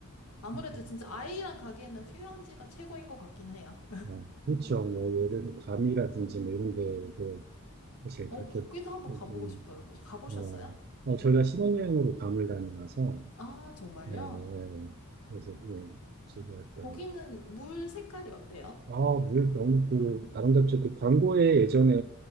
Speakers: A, on the left (about 85°); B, on the right (about 45°).
A: 아무래도
B: 음.
A: 진짜 아이랑 가기에는 휴양지가 최고인 것 같긴 해요.
B: 아, 그렇죠. 뭐, 예를 들어, 괌이라든지 뭐 이런 데도 사실
A: 어,
B: 그렇게,
A: 거기도 한번
B: 여기는,
A: 가보고 싶어요. 혹시 가보셨어요?
B: 어, 어, 저희가 신혼여행으로 괌을 다녀와서
A: 아, 정말요?
B: 네, 네. 그래서 예, 준비했던.
A: 거기는 물 색깔이 어때요?
B: 아, 물 너무 그 아름답죠. 그 광고에 예전에